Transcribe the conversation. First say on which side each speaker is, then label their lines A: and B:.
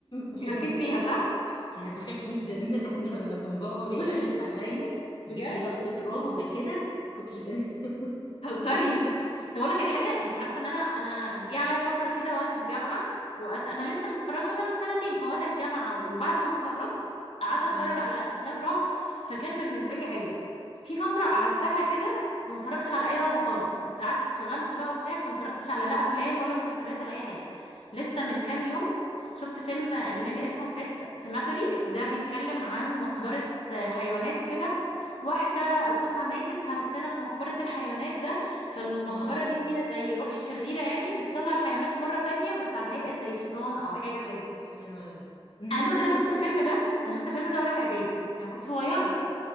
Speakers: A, on the left; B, on the left.
A: بحبوش
B: انت مالكيش فيها صح
A: انا بخاف جدا <laughs> لما كان بابا بيغلس
B: بصي
A: عليا
B: بجد
A: يجيب لي لقطة رعب كده كنتش بنام <laughs>
B: بتهزري <laughs> طب اقول لك الحاجه انت عارفه ان انا انا جه عليا فتره كده وقت الجامعه وقت انا لسه متخرجه مثلا من سنتين فوقت الجامعه وبعد ما اتخرجت قعدت اتفرج
A: اه
B: على افلام رعب فكان بالنسبه لي عادي في فتره قعدتها كده ما اتفرجش على اي رعب خالص كنت قعدت اتشغلت بقى وبتاع فما اتفرجتش على لا افلام ولا مسلسلات ولا اي حاجه لسه من كام يوم شفت فيلم اجنبي اسمه بيت سيماتوري ده بيتكلم عن مقبره حيوانات كده واحده قطتها ماتت فهتدفنها في مقبره الحيوانات فالمقبرة
A: اه
B: دي فيها زي روح شريرة يعني بتطلع الحيوانات مرة تانية بس على هيئة زي شيطان أو حاجة كده
A: يا نهار أسود. <laughs>
B: عايزة أقولك أنا شفت الفيلم ده أنا شفت الفيلم ده وأنا في إعدادي يعني كنت صغيرة